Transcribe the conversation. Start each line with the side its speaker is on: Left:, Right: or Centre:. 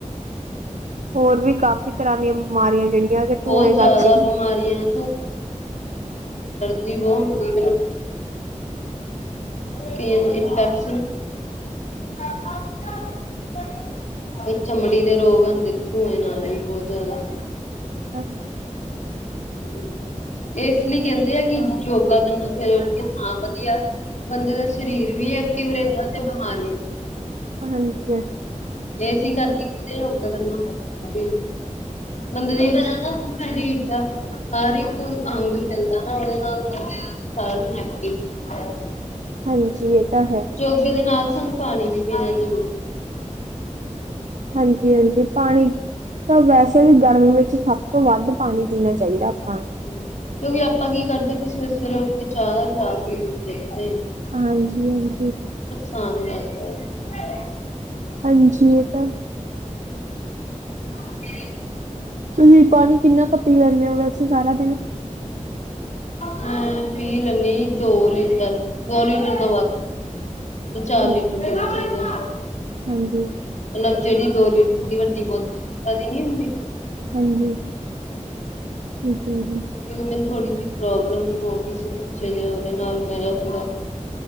Right: ਹੋਰ ਵੀ ਕਾਫ਼ੀ ਤਰ੍ਹਾਂ ਦੀਆਂ ਬਿਮਾਰੀਆਂ ਜਿਹੜੀਆਂ ਕਿ
Left: ਬਹੁਤ
Right: ਧੂੰਏ
Left: ਜ਼ਿਆਦਾ
Right: ਕਰ ਕੇ
Left: ਬਿਮਾਰੀਆਂ ਬਹੁ ਜੀ- ਕਈਆਂ ਨੂੰ ਇੰਪੈਕਟ <unintelligible> ਚਮੜੀ ਦੇ ਰੋਗ ਹੁੰਦੇ ਹੋਏ ਨਾਲੇ ਬਹੁਤ ਜ਼ਿਆਦਾ
Right: ਹੈਲੋ
Left: ਹਮਮ, ਇਸ ਲਈ ਕਹਿੰਦੇ ਆ ਕਿ ਯੋਗਾ ਕਰਨਾ ਸਵੇਰੇ ਉਠ ਕੇ ਤਾਂ ਹ ਵਧੀਆ, ਬੰਦੇ ਦਾ ਸਰੀਰ ਵੀ ਐਕਟਿਵ ਰਹਿੰਦਾ ਤੇ ਬਿਮਾਰੀ
Right: ਹਾਂਜੀ- ਹਾਂਜੀ
Left: ਏਸੀ ਕਰਕੇ ਕਹਿੰਦੇ ਯੋਗਾ ਕਰਨਾ ਹੋਵੇ ਬੰਦੇ ਦੀ ਸਰੀਰ ਦਾ ਹਰ ਇੱਕ ਅੰਗ ਹਿਲਦਾ ਨਾ ਉਹਦੇ ਨਾਲ ਬੰਦੇ ਦਾ ਸਾਰਾ ਦਿਨ ਐਕਟਿਵ ਰਹਿੰਦਾ
Right: ਹਾਂਜੀ, ਇਹ ਤਾਂ ਹੈ।
Left: ਯੋਗੇ ਦੇ ਨਾਲ ਸਾਨੂੰ ਪਾਣੀ ਵੀ ਪੀਣਾ ਜ਼ਰੂਰ
Right: ਹਾਂਜੀ -ਹਾਂਜੀ, ਪਾਣੀ ਤਾਂ ਵੈਸੇ ਵੀ ਗਰਮੀ ਵਿੱਚ ਸਭ ਤੋਂ ਵੱਧ ਪਾਣੀ ਪੀਣਾ ਚਾਹੀਦਾ ਆਪਾਂ ਨੂੰ
Left: ਕਿਉਂਕਿ ਆਪਾਂ ਕੀ ਕਰਦੇ ਵੀ ਸਵੇਰੇ ਫਿਰ ਉੱਠ ਕੇ ਚਾਹ ਦਾ ਗਲਾਸ ਵੀ ਦੇਖਦੇ।
Right: ਹਾਂਜੀ -ਹਾਂਜੀ
Left: ਸਾਨ ਕਰਦਾ ਹੈ।
Right: ਹਾਂਜੀ, ਇਹ ਤਾਂ ਹੈ।
Left: ਹਾਂ <inaudible>
Right: ਤੁਸੀਂ ਪਾਣੀ ਕਿੰਨਾ ਕ ਪੀ ਲੈਂਦੇ ਹੋ ਵੈਸੀੇ ਸਾਰਾ ਦੇਣਾ
Left: ਹਮ, ਪੀ ਲੈਂਨੀ ਦੋ ਲੀਟਰ, ਦੋ ਲੀਟਰ ਤੋਂ ਵੱਧ ਦੋ -ਚਾਰ
Right: ਠੀਕ
Left: ਲਈ ਪੀਣਾ
Right: ਹੈ
Left: ਚਾਹੀਦਾ।
Right: ਹਾਂਜੀ
Left: ਅਲੱਗ ਜਿਹੜੀ ਦੋ ਲੀਟਰ ਦੀ ਵੱਡੀ ਬੋਤਲ ਲਿਮਕਾ ਦੀ ਨੀ ਹੁੰਦੀ।
Right: ਹਾਂਜੀ, ਠੀਕ ਹੈ। ਜੀ
Left: ਤੁਹੀ ਮੈਂਨੂੰ <inaudible> ਥੋੜ੍ਹੀ ਜਿਹੀ ਪ੍ਰੋਬਲਮ ਹੋ ਗਈ ਸੀ। ਪਿੱਛੇ ਜਿਹੇ ਉਹਦੇ ਨਾਲ ਮੇਰਾ ਥੋੜਾ,